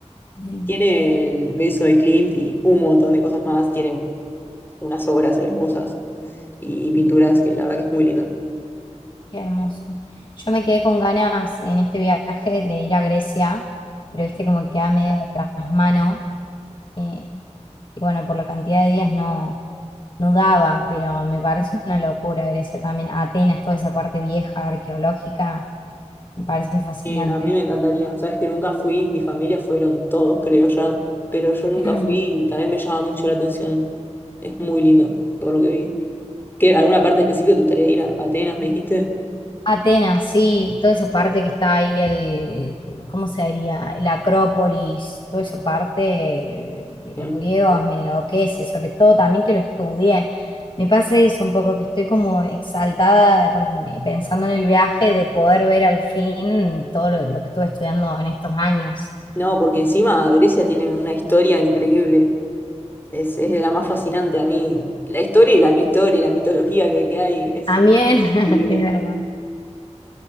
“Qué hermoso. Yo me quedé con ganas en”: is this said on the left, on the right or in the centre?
Left